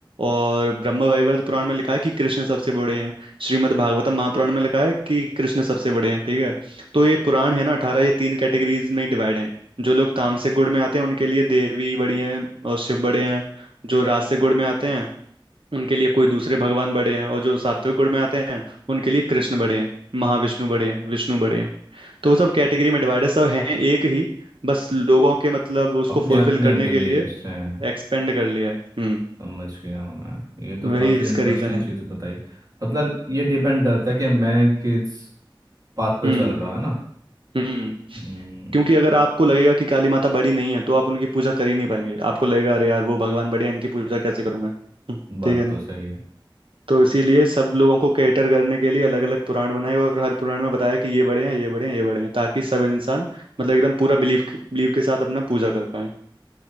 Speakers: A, on the right; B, on the right.
A: और ब्रह्म वैवर्त पुराण में लिखा है कि कृष्ण सबसे बड़े हैं श्रीमद् भागवतम महापुराण में लिखा है कि कृष्ण सबसे बड़े हैं ठीक है तो ये पुराण है ना अठारह ये तीन कैटेगरीज में डिवाइड हैं जो लोग तामसिक गुण में आते हैं उनके लिए देवी बड़ी हैं और शिव बड़े हैं जो राजसिक गुण में आते हैं उनके लिए कोई दूसरे भगवान बड़े हैं और जो सात्विक गुण में आते हैं उनके लिए कृष्ण बड़े हैं महाविष्णु बड़े हैं विष्णु बड़े हैं तो वो सब कैटेगरी में डिवाइडेड सब हैं एक ही बस लोगों के मतलब उसको
B: अपने
A: फुलफिल
B: अपने
A: करने
B: बिलीव्स
A: के लिए
B: हैं
A: एक्सपेंड कर लिया है हम्म
B: समझ गया मैं ये तो
A: वही
B: काफ़ी
A: इसका
B: इंटरेस्टिंग
A: रीजन है
B: चीज़ बताई मतलब ये डिपेंड करता है कि मैं किस पाथ पे
A: हम्म
B: चल रहा है ना
A: हम्म
B: हम्म
A: क्योंकि अगर आपको लगेगा कि काली माता बड़ी नहीं है तो आप उनकी पूजा कर ही नहीं पाएंगे आपको लगेगा अरे यार वो भगवान बड़े हैं इनकी पूजा कैसे करूं मैं हम्म,
B: बात
A: ठीक है ना
B: तो सही है
A: तो इसीलिए सब लोगों को कैटर करने के लिए अलग अलग पुराण बनाए और हर पुराण में बताया कि ये बड़े हैं ये बड़े हैं ये बड़े हैं ताकि सब इंसान मतलब एकदम पूरा बिलीफ बिलीव के साथ अपना पूजा कर पाए